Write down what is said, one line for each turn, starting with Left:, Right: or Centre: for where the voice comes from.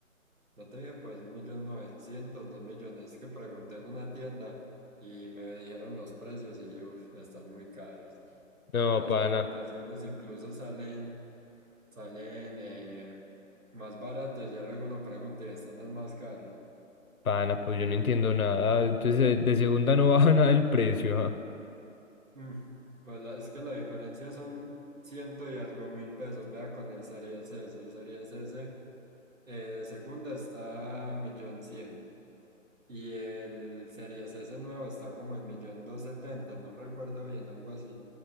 Right: No te dije, pues, un millón novecientos, dos millones. Es que pregunté en una tienda y me dijeron los precios y, uff, están muy caros.
Left: No,
Right: En las
Left: pana,
Right: publicaciones incluso salen, salen eh, más baratos. Ya luego uno pregunta y están los más caros.
Left: pana, pues yo no entiendo nada. Entonces, eh, de segunda no <laughs> baja nada el precio, ajá.
Right: Mm, pues la- es que la diferencia son ciento y algo mil pesos. Vea con el Series S. El Series S eh, de segunda está millón cien. Y el Series S nuevo está como en millón dos setenta, no recuerdo bien, algo así.